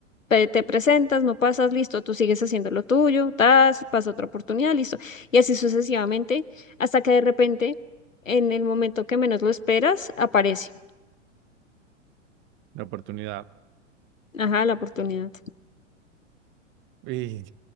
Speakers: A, on the left; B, on the right.
A: pe- te presentas, no pasas, listo, tú sigues haciendo lo tuyo, tas, pasa otra oportunidad, listo. Y así sucesivamente, hasta que de repente, en el momento que menos lo esperas, aparece,
B: La oportunidad.
A: ajá, la oportunidad.
B: Y